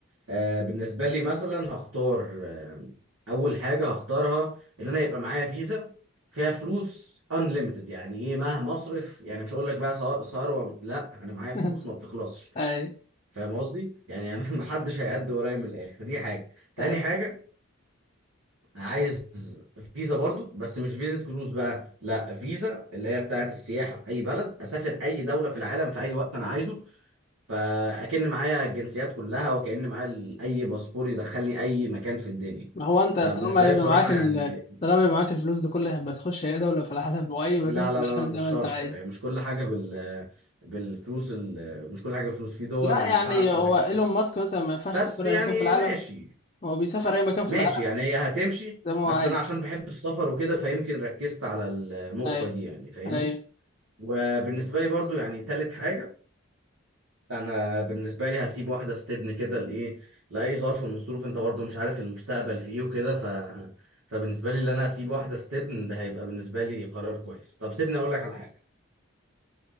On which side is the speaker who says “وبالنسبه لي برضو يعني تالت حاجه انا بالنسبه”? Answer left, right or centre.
Right